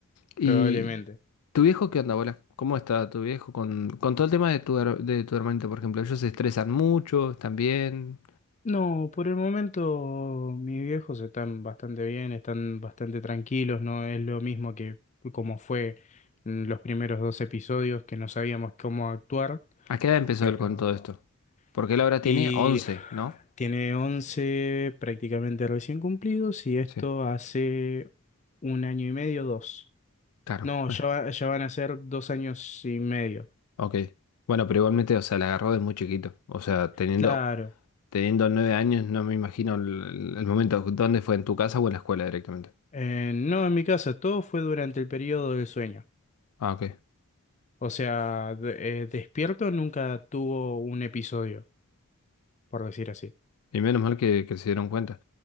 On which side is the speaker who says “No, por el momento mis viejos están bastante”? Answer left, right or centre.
Left